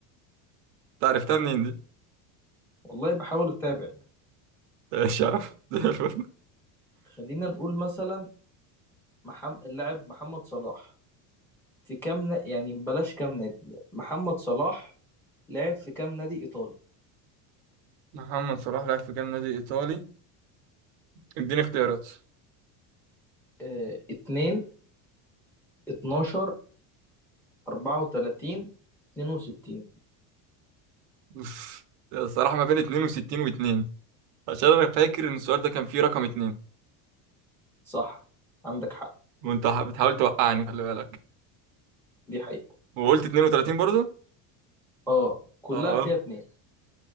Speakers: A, on the right; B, in the centre.
A: أنت عرفتها منين دي؟
B: والله بحاول اتابع يعني.
A: مش عارف <laughs> زي الفل.
B: خلينا نقول مثلا محم... اللاعب محمد صلاح في كام ن... يعني بلاش كام نادي محمد صلاح لعب في كام نادي ايطالي
A: محمد صلاح لعب في كام نادي إيطالي؟ اديني اختيارات <laughs>
B: آه... 2 12 34 62
A: أوف. الصراحة ما بين 62 و2 عشان أنا فاكر إن السؤال ده كان فيه رقم 2
B: صح عندك حق
A: وأنت ح- بتحاول توقعني خلي بالك
B: دي حقيقة
A: وقلت 32 برضه؟
B: اه كلها
A: اه
B: فيها اتنين